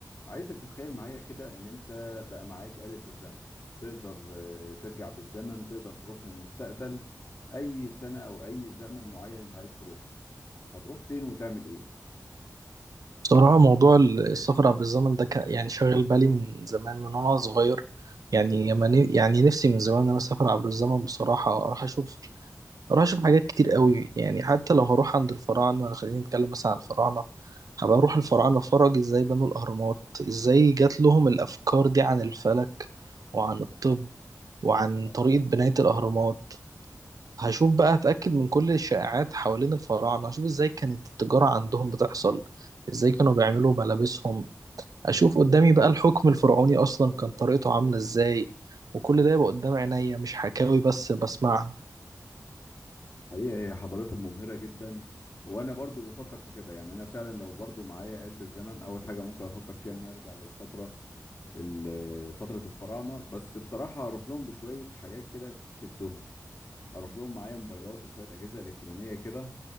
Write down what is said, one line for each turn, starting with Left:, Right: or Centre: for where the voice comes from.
Left: عايزك تتخيل معايا كده ان انت بقى معاك آلة الزمن تقدر آه، ترجع بالزمن تقدر تروح للمستقبل اي سنة او اي زمن معين انت عايز تروحه هتروح فين وتعمل ايه
Right: بصراحة موضوع السفر عبر الزمن ده كان يعني شاغل بالي من زمان من وأنا صغير يعني لما ن- يعني نفسي من زمان إن أنا أسافر عبر الزمن بصراحة أروح أشوف أروح أشوف حاجات كتير قوي يعني حتى لو هروح عند الفراعنة خلينا نتكلم مثلا عن الفراعنة هبقى أروح الفراعنة أتفرج إزاي بنوا الأهرامات إزاي جات لهم الأفكار دي عن الفلك وعن الطب وعن
Left: آه،
Right: طريقة بناية الأهرامات هشوف بقى هتأكد من كل الشائعات حوالين الفراعنة هشوف ازاي كانت التجارة عندهم بتحصل ازاي كانوا بيعملوا ملابسهم اشوف قدامي بقى الحكم الفرعوني اصلا كان طريقته عاملة ازاي وكل ده يبقى قدام عينيا مش حكاوي بس بسمعها
Left: حقيقة هي حضارتهم مبهرة جدا وانا برضو بفكر في كده يعني انا فعلا لو برضو معايا آلة الزمن اول حاجة ممكن افكر فيها ان أنا ارجع للفترة ال- فترة الفراعنة بس بصراحة اروح لهم بشوية حاجات كده تشدهم اروح لهم معايا موبايلات وشويه اجهزه الكترونيه كده